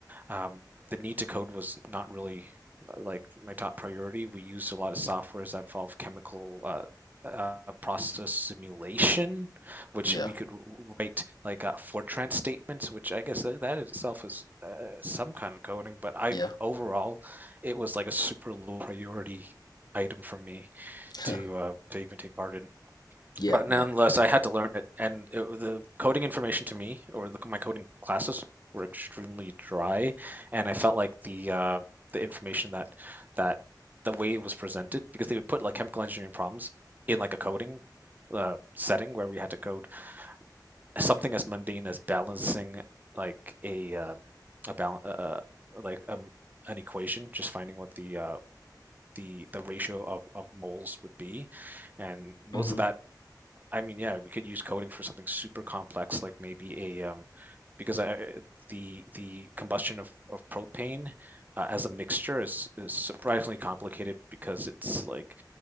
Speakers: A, on the right; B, on the left.
A: um, the need to code was not really uh, like my top priority. We used a lot of softwares that involve chemical uh, uh, process simulation, which
B: Yeah,
A: we could write like uh, Fortran statements, which I guess that, that itself is uh, some kind of coding. But I
B: yeah,
A: overall, it was like a super low priority item for me to
B: <laughs>
A: uh, to even take part in
B: yeah,
A: but nonetheless,
B: no,
A: I had to learn it, and it, the coding information to me or the, my coding classes were extremely dry, and I felt like the uh, the information that that the way it was presented because they would put like chemical engineering problems in like a coding uh, setting where we had to code something as mundane as balancing like a um, a balance uh, uh, like um, an equation, just finding what the uh, the the ratio of, of moles would be, and most
B: mm-hmm.
A: of that I mean, yeah, we could use coding for something super complex, like maybe a um, because I, the the combustion of, of propane uh, as a mixture is, is surprisingly complicated because it's like